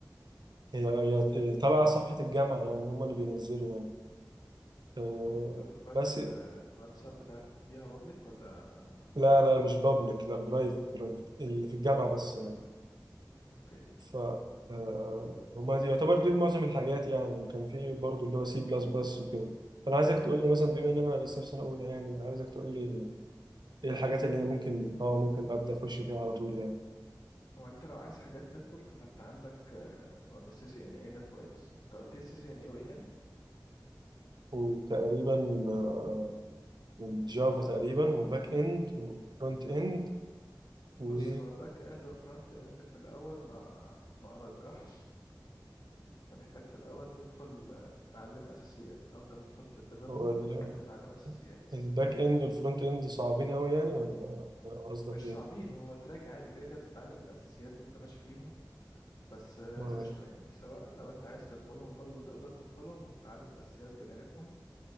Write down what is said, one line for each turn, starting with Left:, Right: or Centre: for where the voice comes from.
Right: هي هي تبع صفحة الجامعة يعني هم اللي بينزلوا يعني آه،
Left: انتوا جروبات
Right: بس
Left: ال- الواتساب بتاعتكم فيها بابليك ولا
Right: لا
Left: برايفت
Right: لا مش بابليك لا برايفت برايفت اللي في الجامعة بس
Left: تمام
Right: يعني
Left: اوكي
Right: ف آه، هما دي يعتبر دي معظم الحاجات يعني وكان في برضو اللي هو سي بلس بلس وكده فأنا عايزك تقول لي مثلا بما إن أنا لسه في سنة أولى يعني عايزك تقول لي إيه الحاجات اللي هي ممكن أه ممكن أبدأ أخش فيها على طول يعني
Left: هو انت لو عايز حاجات نتورك فانت عندك السي سي ان اي ده كويس انت قلت لي سي سي ان اي وايه تاني
Right: وتقريبا آه، الجافا تقريبا وباك إند وفرونت إند و
Left: بص هو باك اند وفرونت اند في الاول ما ما ارجحش انت محتاج في الاول تدخل آه، تتعلم اساسيات لو انت هتدخل في الديفلوبمنت
Right: هو ال-
Left: محتاج تتعلم اساسيات
Right: الباك إند والفرونت إند صعبين أوي يعني ولا ولا قصدك
Left: مش
Right: إيه؟
Left: صعبين هو تراك عادي كده كده بتتعلم الاساسيات وانت ماشي فيهم بس آه،
Right: آه،
Left: قشطه يعني سواء لو انت عايز تدخلهم برضو تقدر تدخلهم وتتعلم الاساسيات بجانبهم